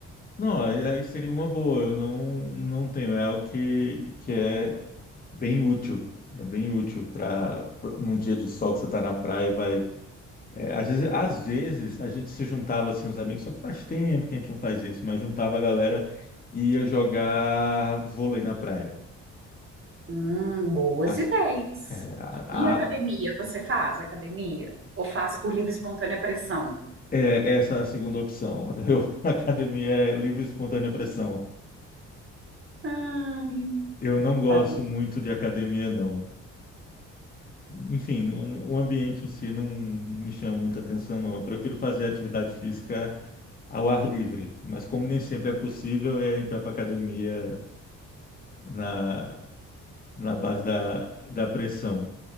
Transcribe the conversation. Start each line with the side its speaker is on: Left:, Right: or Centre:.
Left: Não, aí aí seria uma boa. Eu não, não tenho. É algo que, que é bem útil. É bem útil para num dia de sol que você está na praia, vai É, às vezes, às vezes a gente se juntava assim, os amigos, só que faz tempo que a gente não faz isso, mas juntava a galera e ia jogar vôlei na praia.
Right: Hum, boas
Left: As-
Right: ideias.
Left: é, a-
Right: E academia?
Left: a-
Right: Você faz academia? Ou faz por livre e espontânea pressão?
Left: é, essa é a segunda opção. Eu, <laughs> academia é livre e espontânea pressão.
Right: Hum,
Left: Eu não gosto
Right: ai.
Left: muito de academia, não. Enfim, o, o ambiente em si não me chama muita atenção, não. Eu prefiro fazer atividade física ao ar livre, mas como nem sempre é possível, e a gente vai para academia na na base da, da pressão.